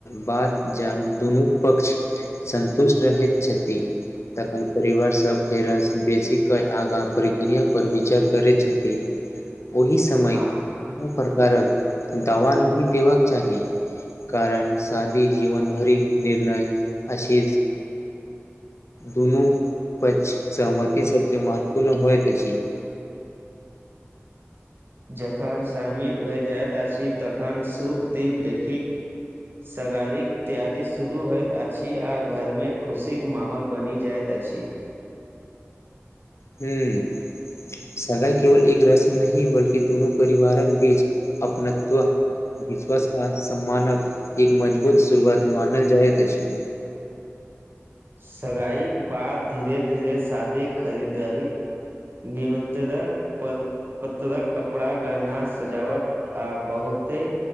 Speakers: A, on the left; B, on the right.
A: बाद जान दुनू पक्ष सन्तुष्ट रहैत छथि तखन परिवार सब फेर बेसीे आगाँ प्रक्रिया पर विचार करै छथि ओहिस समय
B: हँ
A: कोनो प्रकारक दावा नहि देबक चाहि कारण शादी जीवन भरिक निर्णय अछि दुनू पक्ष सहमति सबसँ महत्वपूर्ण होइत अछि
B: जेखन शाहमती भए जाइत अछि तखन शुभ दिन देखि सगारीक तैयारी शुरू होइत अछि आ घर मे खुशीके माहौल बनि जाइत अछि
A: हूँ समय केवल एक रस्म नहि बल्कि दुनू परिवारक बीच अपनत्व विश्वास आ सम्मानक एक मजबूत शुरुआत मानल जायत अछि
B: सगाई बाद धीरे धीरे शादीक खरीदारी निमितरक पर पत्रक कपड़ा गहना सजावट आ बहुते